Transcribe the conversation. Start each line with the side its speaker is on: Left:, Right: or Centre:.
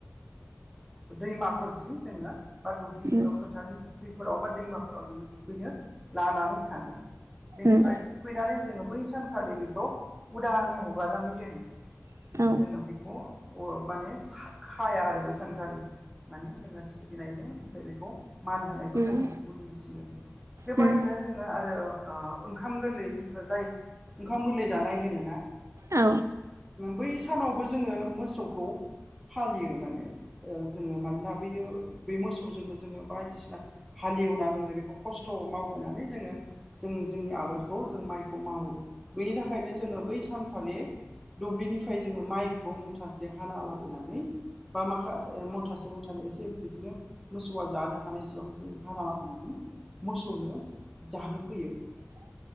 Centre: <unintelligible> दैमाफोरसिम जोङो बा दुब्लि
Right: उम उम
Centre: फोथारनि फुख्रिफोराव बा दैमाफोराव जोङो थुखैनो लानानै थाङो बेनिफ्राय
Right: उम
Centre: थुखैनानै जोङो बै सानखालि बेखौ उदानै हगारनानै दोनो
Right: औ औ
Centre: जोङो बेखौ माने खाया आरो बैसानखालि माने जोङो सिबिनायजों लोगोसे बेखौ मान होनायखौ
Right: उम
Centre: जोङो बेखौ दिन्थियो बेबायदिनो
Right: उम
Centre: जोङो आरो आरो ओंखाम गोरलै जोंखौ जाय ओंखाम गोरलै जानाय होनो ना
Right: औ
Centre: बै सानावबो जोङो मोसौखौ फालियो माने जोङो मानना बयो बे मोसौजोंनो जोङो बायदिसिना हा लेवनानै बेखौ खस्थ' मावहोनानै जोङो जों जोंनि आबादखौ जों माइखौ मावो बेनि थाखायनो जोङो बै सानखालि दुब्लिनिफ्राय जोङो माइखौ मुथि एसे हाना लाबोनानै बा माखा मुथासे मुथानि एसे बिदिनो मोसौआ जानो हानाय सिबां जों हाना लाबोनानै मोसौनो जाहोफैयो
Right: औ